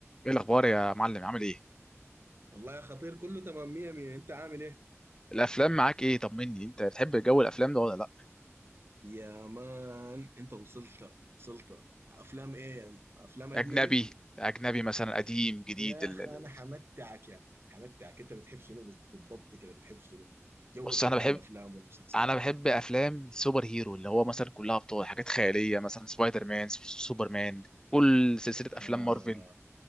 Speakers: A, on the left; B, on the right.
A: ايه الاخبار يا معلم عامل ايه
B: والله يا خطير كله تمام مية مية انت عامل ايه
A: الافلام معاك ايه طمني انت بتحب جو الافلام ده ولا لا
B: يا مان انت وصلت وصلت افلام ايه يا مان؟ افلام
A: اجنبي
B: اجنبي
A: اجنبي مثلا قديم جديد
B: يا
A: ال...
B: اخ
A: ال-
B: انا حمتعك يا مان حمتعك انت بتحب شنو بال- بالضبط كده بتحب شنو جوك
A: بص
B: شنو
A: انا بحب
B: في الافلام والمسلسلات
A: انا بحب افلام السوبر هيرو اللي هو مثلا كلها ابطال حاجات خياليه مثلا سبايدر مان س- سوبر مان كل سلسله
B: آه.
A: افلام مارفل